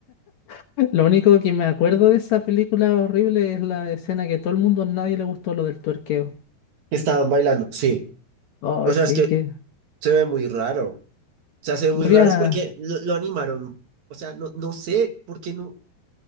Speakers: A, on the left; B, on the right.
A: <laughs> Lo único que me acuerdo de esa película horrible es la escena que todo el mundo, a nadie le gustó lo del tuerqueo.
B: Estaban bailando, sí.
A: Oh,
B: O sea,
A: sí,
B: es que
A: que
B: se ve muy raro. O sea, se ve muy
A: no había.
B: raro es porque lo, lo animaron. O sea, no, no sé por qué no.